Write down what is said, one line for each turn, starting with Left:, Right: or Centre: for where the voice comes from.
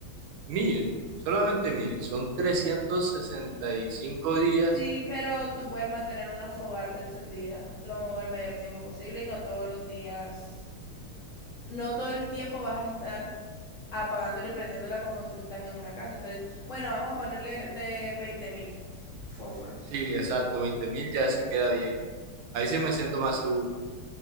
Right: Mil, solamente mil. Son 365 días.
Left: Sí, pero tú puedes mantener una fogata encendida lo el mayor tiempo posible y no todos los días, no todo el tiempo vas a estar apagándola y prendiéndola como tú estás en una casa. Entonces, bueno, vamos a ponerle de veinte mil fósforos.
Right: Sí, exacto, Veinte mil ya sí queda bien. Ahí sí me siento más seguro.